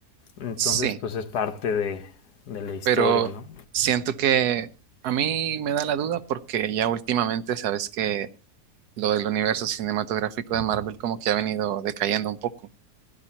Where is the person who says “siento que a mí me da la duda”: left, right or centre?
Right